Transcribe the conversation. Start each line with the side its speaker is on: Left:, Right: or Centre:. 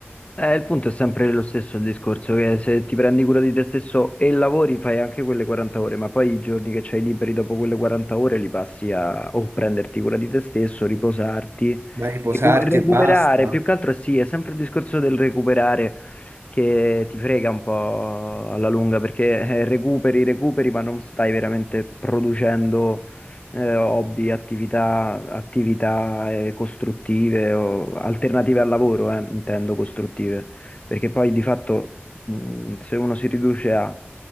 Left: Eh, il punto è sempre lo stesso, il discorso, che se ti prendi cura di te stesso e lavori, fai anche quelle 40 ore, ma poi i giorni che c'hai liberi dopo quelle 40 ore li passi a o prenderti cura di te stesso, riposarti,
Right: Ma riposarti
Left: recu- recuperare,
Right: e basta.
Left: più che altro sì, è sempre il discorso del recuperare che ti frega un po' alla lunga, perché eh, recuperi, recuperi, ma non stai veramente producendo eh, hobby, attività, attività eh, costruttive o alternative al lavoro, eh, intendo costruttive, perché poi di fatto mh, se uno si riduce a